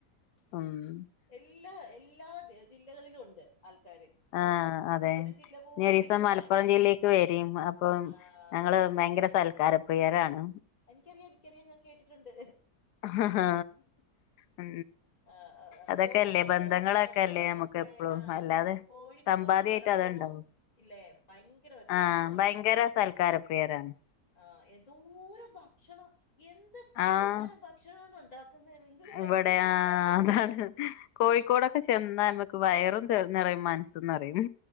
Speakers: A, on the left; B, on the left.
A: ഉം
B: എല്ലാ എല്ലാ ജില്ലകളിലും ഉണ്ട് ആൾക്കാര്
A: ആഹ് അതെ
B: ഒരു ജില്ല പോലും
A: ഇനി ഒരു ദിവസം
B: ഇല്ല
A: മലപ്പുറം ജില്ലേക്ക് വരിം അപ്പം
B: ആഹ്
A: ഞങ്ങള് ഭയങ്കര സൽക്കാരപ്രിയരാണ്
B: എനിക്കറിയാം എനിക്കറിയാം ഞാൻ കേട്ടിട്ടുണ്ട്
A: ഹഹആ മം
B: ആഹ്
A: അതൊക്കെല്ലേ
B: കോഴിക്കോട്
A: ബന്ധങ്ങളൊക്കെ
B: മലപ്പുറം
A: അല്ലേ നമുക്ക്
B: ഒക്കെ
A: എപ്പളും
B: ആഹ്
A: അല്ലാതെ
B: കോഴിക്കോടും
A: സമ്പാതി
B: മലപ്പുറവും
A: ആയിട്ട് അതെ ഉണ്ടാവള്ളൂ
B: ഇല്ലേ ഭയങ്കര വ്യത്യാസമാണ്
A: ആ ഭയങ്കര സൽക്കാര പ്രിയരാണ്
B: ആ എ ദൂരം ഭക്ഷണം എന്തൊക്കെ
A: ആഹ്
B: തരം ഭക്ഷണമാണ് ഉണ്ടാക്കുന്നത് നിങ്ങൾ ഇത്
A: ഇവിടെ
B: എവിടുന്ന്
A: ആ
B: ഉണ്ടാക്കുന്നേ
A: അതാണ് കോഴിക്കോടൊക്കെ ചെന്ന ന്മക്ക് വയറും നിറയും മനസും നിറയും